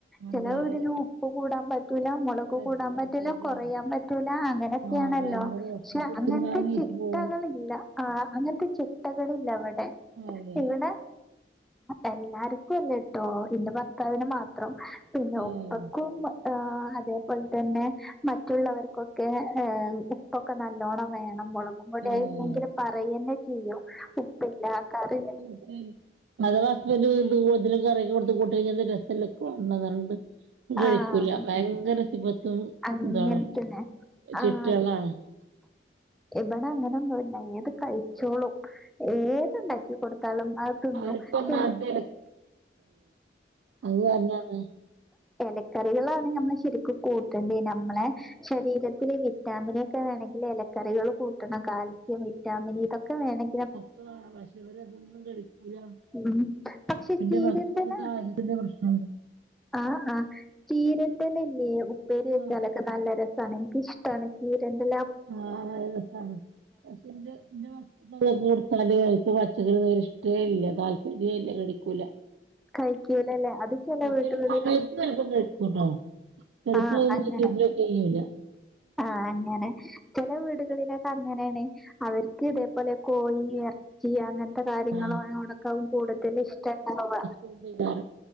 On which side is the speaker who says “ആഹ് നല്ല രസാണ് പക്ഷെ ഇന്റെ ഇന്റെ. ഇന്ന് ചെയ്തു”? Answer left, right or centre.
Right